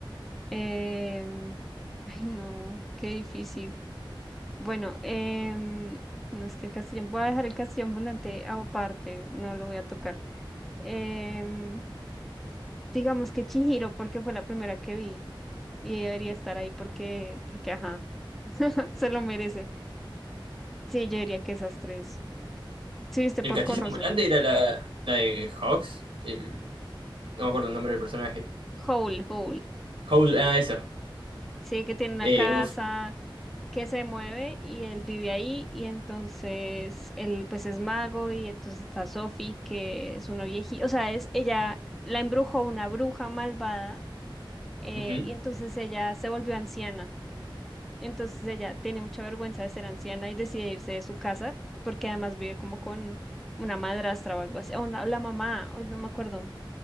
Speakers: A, in the centre; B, on the right.
A: Em, ay, no, qué difícil. Bueno, em, no es que el castellón, voy a dejar el castellón volante aparte, no lo voy a tocar. Em, digamos que Chihiro, porque fue la primera que vi y ella debería estar ahí porque, porque, ajá, <laughs> se lo merece. Sí, yo diría que esas tres. Sí, viste
B: El
A: Porco
B: castillo
A: Rosso,
B: ambulante era la, la de Hawks. el- no me acuerdo el nombre del personaje.
A: Howl, Howl.
B: Howl- ah, eso.
A: Sí, que tiene una
B: Eh,
A: casa
B: uf.
A: que se mueve y él vive ahí y entonces él pues es mago y entonces está Sophie que es una viejita, o sea, es ella la embrujó una bruja malvada eh,
B: Ujú,
A: y entonces ella se volvió anciana. Entonces ella tiene mucha vergüenza de ser anciana y decide irse de su casa porque además vive como con una madrastra o algo así, o una- la mamá, o no me acuerdo.